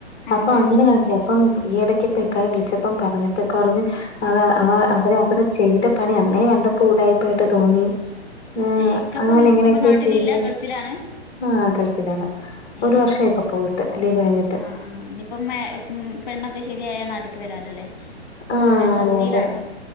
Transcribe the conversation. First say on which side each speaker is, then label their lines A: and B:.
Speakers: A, on the left (about 40°); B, on the left (about 25°).
A: ആഹ്
B: അപ്പ അങ്ങനെ
A: ആഹ്
B: കാണ്ച്ചായിര് ഇപ്പം ഈ എടെക്ക് ഇപ്പം ഇക്കായെ വിളിച്ചെപ്പം പറഞ്ഞപ്പം ഇക്ക പറഞ്ഞ് അത് അവ അവെര് അവിടെ ചെയ് ത്തെ പണി അന്നേ കണ്ടപ്പം ഉടായിപ്പ് ആയിട്ട് തോന്നി ആഹ്
A: ഏഹ് ഇക്ക അപ്പം
B: അങ്ങനെ ഇങ്ങനെയൊക്കെ
A: അപ്പം നാട്ടിൽ
B: ചെയ്ത്
A: ഇല്ലാ? ഗൾഫിലാണ്
B: ആഹ് ഗൾഫിലാണ്
A: ഏഹ്
B: ഒരു വർഷം ആയി ഇപ്പ പോയിട്ട് ലീവ് കഴിഞ്ഞ്
A: ആഹ് ആഹ് ഇനിയിപ്പം മേ ഉം പെണ്ണൊക്കെ ശെരി ആയാ നാട്ട്ക്ക് വെരാലോലെ
B: ആഹ്
A: എവ്ടെ സൗദിലാണോ?
B: അതെ അതെ